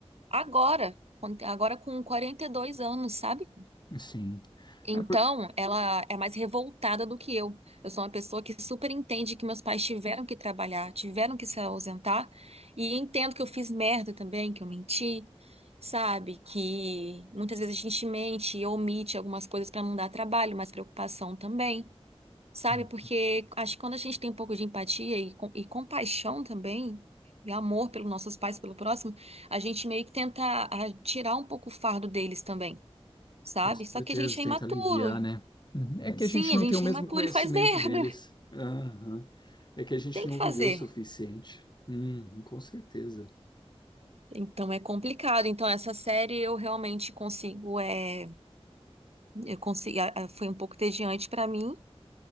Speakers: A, on the right; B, on the left.
A: agora, quando- agora com 42 anos, sabe?
B: Sim.
A: Então,
B: É por...
A: ela é mais revoltada do que eu. Eu sou uma pessoa que super entende que meus pais tiveram que trabalhar, tiveram que se ausentar, e entendo que eu fiz merda também, que eu menti, sabe? Que muitas vezes a gente mente e omite algumas coisas para não dar trabalho, mas preocupação também, sabe?
B: Hum.
A: Porque acho que quando a gente tem um pouco de empatia e, com- e compaixão também, e amor pelos nossos pais, pelo próximo, a gente meio que tenta ah, tirar um pouco o fardo deles também sabe?
B: Com certeza,
A: Só que a gente é
B: tenta
A: imaturo,
B: aliviar, né? Uhum. É que
A: Sim,
B: a gente
A: a
B: não
A: gente
B: tem o mesmo
A: é imaturo
B: conhecimento
A: e faz merda.
B: deles. Aham. É que
A: <laughs>
B: a gente
A: Tem
B: não
A: que fazer.
B: viveu o suficiente. Uhum, Com certeza.
A: Então é complicado. Então essa série eu realmente consigo, é, eu consigo, a- a- foi um pouco entediante pra mim